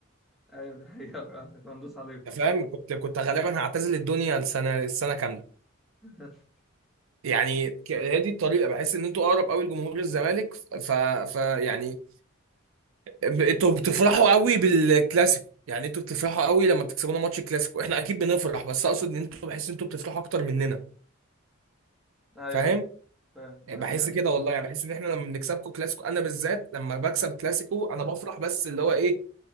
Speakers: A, in the centre; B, on the right (about 75°).
A: ايوه دي حقيقة فعلا إحنا كنا ندوس عليكم
B: أنت فاهم كنت كنت غالبا هعتزل الدنيا السنه السنه كامله
A: <laughs>
B: يعني ك- هي دي الطريقه بحس ان انتوا اقرب قوي لجمهور الزمالك ف, ف يعني ب- انتوا بتفرحوا قوي بالكلاسيكو يعني انتوا بتفرحوا قوي لما بتكسبونا ماتش الكلاسيكو احنا اكيد بنفرح بس اقصد ان انتوا بحس ان انتوا بتفرحوا اكتر مننا
A: ايوه
B: فاهم
A: فاهم
B: بحس
A: أيوة، ده-
B: كده والله يعني بحس ان احنا لما بنكسبكم كلاسيكو انا بالذات لما بكسب كلاسيكو انا بفرح بس اللي هو ايه